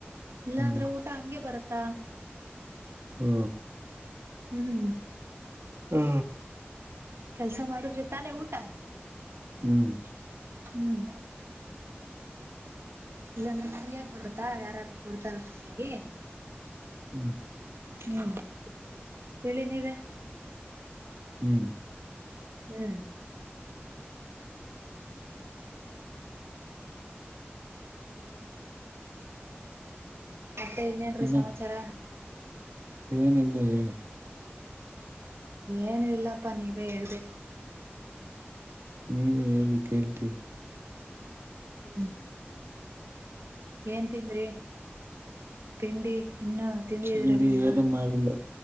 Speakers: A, on the right; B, on the right.
A: ಇಲ್ಲಾಂದ್ರ
B: ಹ್ಮ್
A: ಊಟ ಹಗೆ ಬರತ್ತ ತ್ತ
B: ಹ್ಮ
A: ಹ್ಮ್
B: ಹ್ಮ
A: ಕೆಲ್ಸ ಮಾಡುದ್ರೆ ತಾನೇ ಊಟ
B: ಹ್ಮ್
A: ಹ್ಮ್ ಇಲ್ಲಾಂದ್ರೆ ಫ್ರೀಯಾಗಿ ಬರತ್ತಾ ಯಾರಾದ್ರೂ ಕೊಡ್ತಾರ ಫ್ರೀಯಾಗಿ
B: ಹ್ಮ್
A: ಹ್ಮ್ ಹೇಳಿ ನೀವ
B: ಹ್ಮ್
A: ಹ್ಮ್ ಮತ್ತೆ ಇನ್ನೇನ್ರೀ
B: ಹ್ಮ್
A: ಸಮಾಚಾರ
B: ಏನಿಲ್ಲ ರೀ
A: ಏನು ಇಲ್ಲಪ್ಪಾ ನೀವೇ ಹೇಳ್ಬೇಕು
B: ನೀವೇ ಹೇಳಿ ಕೇಳ್ತೀವಿ
A: ಹ್ಮ್ ಏನ್ ತಿಂದ್ರಿ ತಿಂಡಿ ಇನ್ನುೂ ತಿಂದಿದಿದ್ರ
B: ತಿಂಡಿ
A: ಇಲ್ವಾ
B: ಏನು ಮಾಡಿಲ್ಲ